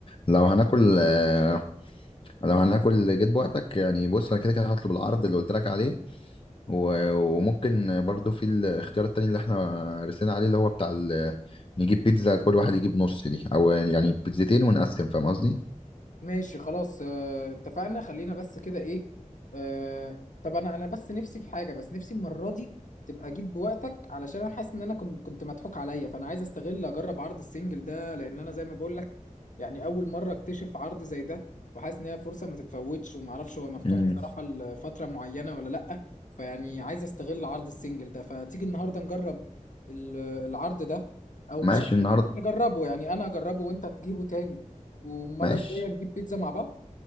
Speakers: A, on the left (about 40°); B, on the left (about 70°).
A: لو هناكل آه، لو هناكل جيت بوقتك يعني بص انا كده كده هطلب العرض اللي قلت لك عليه و- وممكن برضو في الاختيار التاني اللي احنا رسينا عليه اللي هو بتاع ال- نجيب بيتزا كل واحد يجيب نص دي او يعني بيتزتين ونقسم فاهم قصدي
B: ماشي خلاص آه، اتفقنا خلينا بس كده ايه آه، طب انا انا بس نفسي في حاجه بس نفسي المره دي تبقى جيت بوقتك علشان انا حاسس ان انا كنت كنت مضحوك عليا فانا عايز استغل اجرب عرض السنجل ده لان انا زي ما بقول لك يعني اول مره اكتشف عرض زي ده وحاسس ان هي فرصه ما تتفوتش وما اعرفش هو مفتوح
A: امم
B: الصراحه لفتره معينه ولا لا فيعني عايز استغل عرض السنجل ده فتيجي النهارده نجرب ال- العرض ده او مش
A: ماشي النهارده
B: مش نجربه يعني انا اجربه وانت تجيبه تاني والمرة
A: ماشي
B: الجاية نجيب بيتزا مع بعض